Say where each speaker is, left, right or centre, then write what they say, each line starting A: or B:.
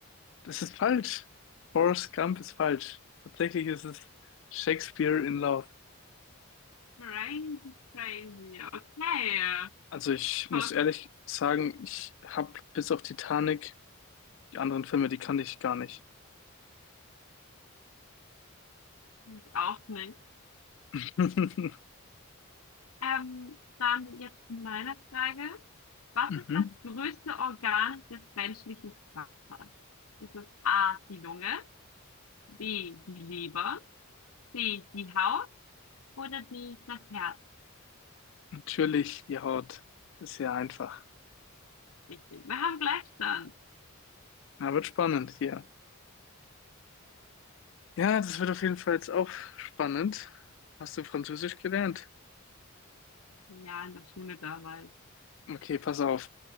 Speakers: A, on the left (about 60°); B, on the left (about 85°).
A: Das ist falsch. Forrest Gump ist falsch. Tatsächlich ist es Shakespeare in Love.
B: Crazy, crazy. Okay.
A: Also ich muss
B: Guck,
A: ehrlich sagen, ich habe bis auf Titanic die anderen Filme, die kannte ich gar nicht.
B: ich auch nicht.
A: <laughs>
B: Ähm, dann jetzt meine Frage. Was
A: Mhm.
B: ist das größte Organ des menschlichen Körpers? Ist es A, die Lunge, B, die Leber, Die, die Haut oder die, das Herz?
A: Natürlich die Haut. Ist ja einfach.
B: Richtig. Wir haben Gleichstand.
A: Na, wird spannend hier. Ja, das wird auf jeden Fall jetzt auch spannend. Hast du Französisch gelernt?
B: Ja, in der Schule damals.
A: Okay, pass auf.